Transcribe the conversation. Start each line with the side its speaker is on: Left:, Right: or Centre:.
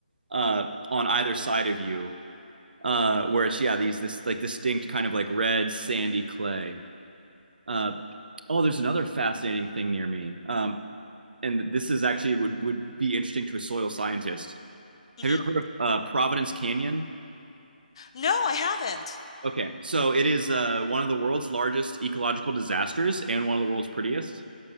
Right: uh, on either side of you, uh, where it's yeah these this like distinct kind of like red sandy clay. Uh, oh, there's another fascinating thing near me, um, and this is actually would would be interesting to a soil scientist.
Left: Mm-hmm.
Right: Have you ever heard of uh, Providence Canyon?
Left: No, I haven't.
Right: Okay, so it is uh, one of the world's largest ecological disasters and one of the world's prettiest.